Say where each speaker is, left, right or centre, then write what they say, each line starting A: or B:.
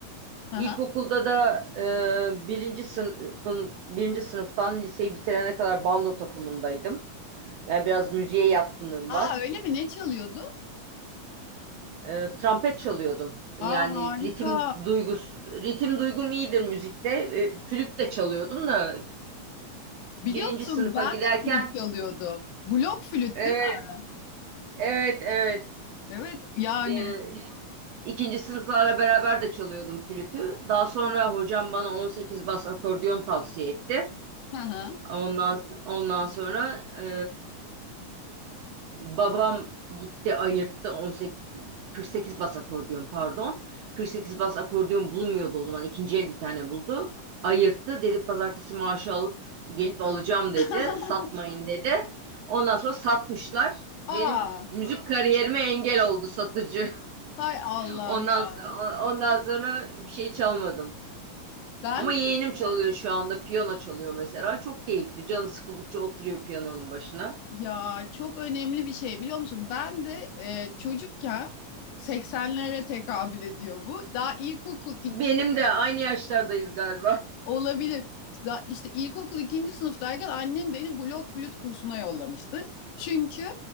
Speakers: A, on the left (about 75°); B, on the right (about 75°).
A: Aha.
B: ilkokulda da e, birinci sınıfın birinci sınıftan liseyi bitirene kadar bando takımındaydım. Yani biraz müziğe yatkınlığım
A: Aa
B: var.
A: öyle mi? Ne çalıyordu?
B: E, trompet çalıyordum. Yani
A: Aa harika.
B: ritim duygus ritim duygum iyidir müzikte. E, flüt de çalıyordum da
A: Biliyor
B: birinci
A: musun
B: sınıfa
A: ben
B: giderken
A: de flüt çalıyordum. Blok flüt
B: Evet,
A: değil mi?
B: evet, evet.
A: Evet yani.
B: e, ikinci sınıflarla beraber de çalıyordum flütü. Daha sonra hocam bana 18 bas akordeon tavsiye etti.
A: Hı hı.
B: Ondan ondan sonra e, Babam gitti ayırttı 18 48 bas akordeon pardon. 48 bas akordeon bulmuyordu o zaman. ikinci el bir tane buldu. Ayırttı. Dedi pazartesi maaşı alıp gelip alacağım dedi.
A: <laughs>
B: Satmayın dedi. Ondan sonra satmışlar.
A: Aa,
B: Benim müzik kariyerime engel oldu satıcı.
A: hay Allah
B: <laughs> Ondan
A: ya.
B: so- ondan sonra bir şey çalmadım.
A: Ben
B: Ama yeğenim
A: de
B: çalıyor şu anda. Piyano çalıyor mesela. Çok keyifli. Canı sıkıldıkça oturuyor piyanonun başına.
A: ya çok önemli bir şey biliyor musun? Ben de e, çocukken seksenlere tekabül ediyor bu. Daha ilkokul
B: Benim de aynı yaşlardayız galiba.
A: Olabilir. Da işte ilkokul ikinci sınıftayken annem beni blok flüt kursuna yollamıştı. Çünkü